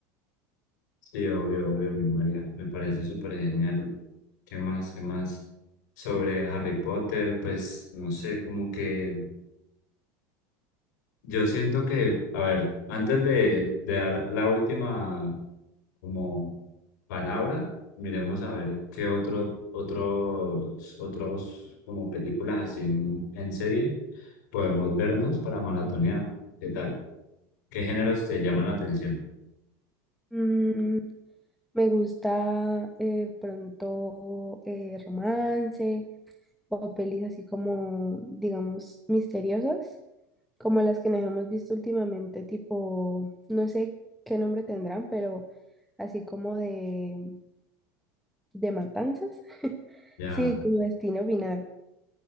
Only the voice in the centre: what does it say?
Mm, me gusta eh, pronto eh, romance o pelis así como, digamos, misteriosas, como las que nos hemos visto últimamente, tipo, no sé qué nombre tendrán, pero así como de, de matanzas. <laughs>
Sí, como destino final.